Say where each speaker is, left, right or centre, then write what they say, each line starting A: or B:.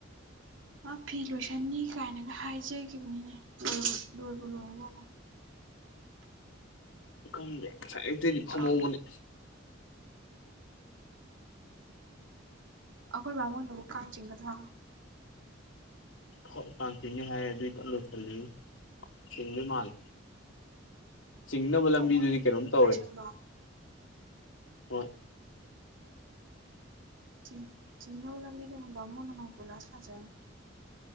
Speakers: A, on the right; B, on the left.
A: ꯃꯥ ꯐꯤ ꯂꯣꯏꯁꯟꯅꯤ ꯀꯥꯏꯅꯒ ꯍꯥꯏꯖꯒꯤꯕꯤꯅꯤꯅꯦ ꯂꯣꯏꯕꯨ ꯂꯣꯏꯕꯨ ꯂꯣꯏꯔꯖꯠꯂ
B: ꯈꯪꯗꯦ ꯉꯁꯥꯏ ꯑꯌꯨꯛꯇꯩꯗꯤ ꯐꯝꯍꯧꯕꯅꯤ
A: ꯀꯥꯡ ꯑꯩꯈꯣꯏ ꯕꯥꯃꯣꯟꯗꯨꯕꯨ ꯀꯥꯡ ꯆꯤꯡꯒꯗ꯭ꯔꯥ
B: ꯍꯣꯏ ꯀꯥꯡ ꯆꯤꯡꯅꯤ ꯍꯥꯏꯌꯦ ꯑꯗꯨꯏ ꯀꯟ ꯂꯣꯏꯁꯜꯂꯤ ꯆꯤꯡꯗꯣꯏ ꯃꯥꯜꯂꯦ ꯆꯤꯡꯅꯕ
A: ꯕꯥꯃꯣꯟ
B: ꯂꯝꯕꯤꯗꯨꯗꯤ ꯀꯩꯅꯣꯝ ꯇꯧꯔꯦ
A: ꯂꯥꯏꯁꯪꯗꯣ
B: ꯍꯣꯏ <inaudible>
A: ꯆꯤꯡ ꯆꯤꯡꯅꯕ ꯂꯝꯕꯤꯗꯨꯅ ꯕꯥꯃꯣꯟꯅ ꯃꯥꯏꯅ ꯀꯣꯏꯂꯥꯁ ꯊꯥꯖꯔꯅꯤ